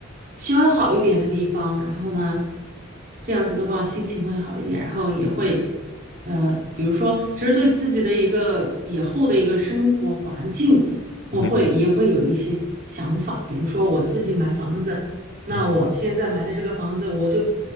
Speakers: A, on the right; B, on the left.
A: 气候好一点的地方。然后呢，这样子的话心情会好一点，然后也会，呃，比如说，其实对自己的一个以后的一个生活环境。我会也会有一些想法，
B: 嗯哼，
A: 比如说我自己买房子，那我现在买的这个房子，
B: 嗯
A: 我就